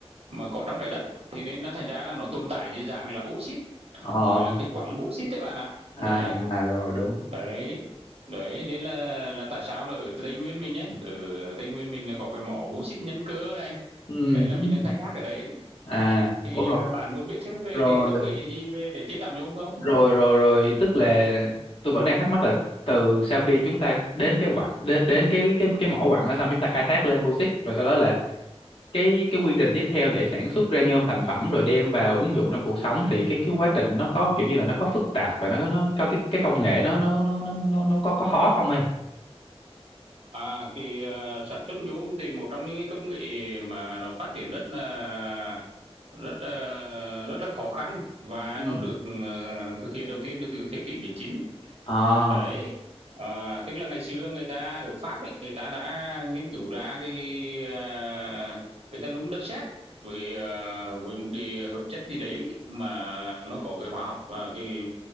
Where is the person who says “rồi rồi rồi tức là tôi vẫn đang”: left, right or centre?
Left